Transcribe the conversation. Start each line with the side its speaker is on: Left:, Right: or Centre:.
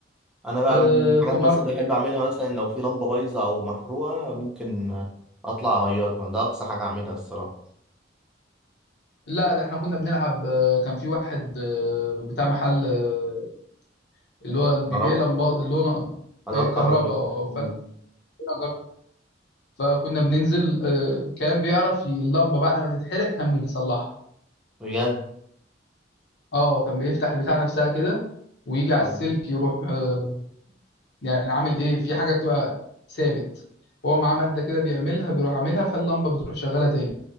Centre: أنا بقى
Left: آه،
Centre: من الحاجات
Left: في مره
Centre: مثلا اللي بحب أعملها مثلا لو في لمبة بايظة أو محروقة ممكن آه، أطلع أغيرها ده أقصى حاجة أعملها الصراحة
Left: لا ده احنا كنا بنلعب آه، كان في واحد آه، بتاع محل آه، اللي هو اللي بيبيع
Centre: كهرباء
Left: لمبات اللي هو
Centre: أدوات كهربائية
Left: كهرباء آه،
Centre: مم.
Left: فأنا جربت. فكنا بننزل آه، كان بيعرف ي- اللمبه بعد ما تتحرق كان بيصلحها
Centre: بجد
Left: اه كان بيفتح البتاع نفسها كده ويجي على
Centre: طب،
Left: السلك يروح آه، يعني عامل ايه في حاجه بتبقى ثابت هو معاه ماده كده بيعملها بيروح عاملها فاللمبه بتروح شغاله تاني